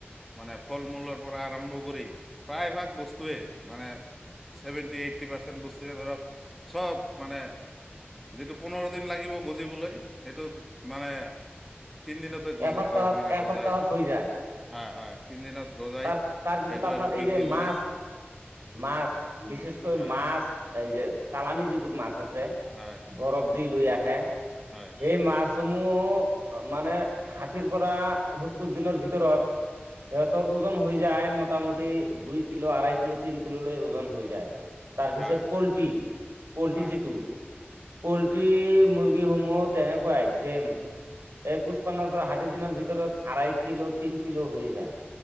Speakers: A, in the centre; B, on the right.
A: মানে ফল মূলৰ পৰা আৰম্ভ কৰি প্ৰায়ভাগ বস্তুৱে মানে ছেভেণ্টি এইটি পাৰ্চেণ্ট বস্তুৱে ধৰক চব মানে যিটো পোন্ধৰ দিন লাগিব গজিবলৈ সেইটো মানে তিনদিনতে গজো
B: এসপ্তাহত
A: গ মানে
B: এসপ্তাহত
A: গজাই
B: হৈ যায়
A: হয় হয়। তিনিদিনত গজাই
B: তাৰ তাৰপিছত
A: সেইটো
B: আপোনাৰ
A: আৰু বিক্ৰী
B: এই যে
A: কৰি
B: মাছ, মাছ বিচেচকৈ
A: হয়
B: মাছ এই যে চালানি যিবোৰ মাছ আছে
A: হয়
B: বৰফ দি লৈ আহ হে।
A: হয়
B: এই মাছ হোম মোঅ মানে ষাঠিৰ পৰা সত্তৰ দিনৰ ভিতৰত, সিহঁতৰ ওজন হৈ যায় মটামুটি দুই কিলো আঢ়াই কিলো তিন কিলো লৈ ওজন হৈ যায়। তাৰপিছত
A: হয়
B: পলটি পলটি
A: হয়
B: যিটো। পলটি মুৰ্গীসমূহত তেনেকুৱাই ছেম, এই পুষ্পানৰ পৰা ষাঠি দিনৰ ভিতৰত আঢ়াই কিলো তিন কিলো হৈ যায়।